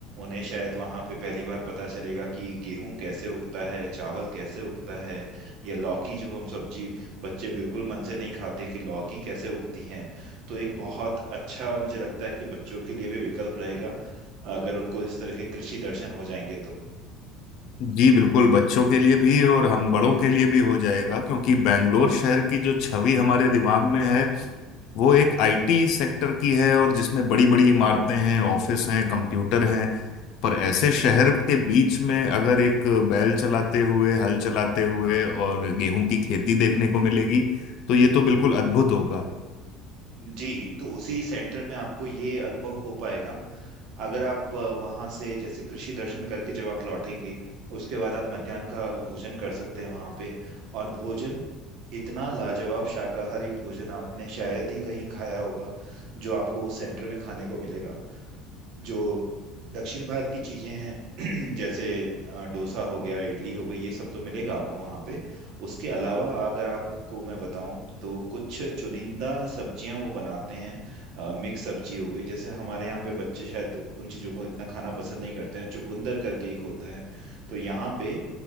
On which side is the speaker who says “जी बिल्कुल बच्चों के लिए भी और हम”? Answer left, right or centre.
Left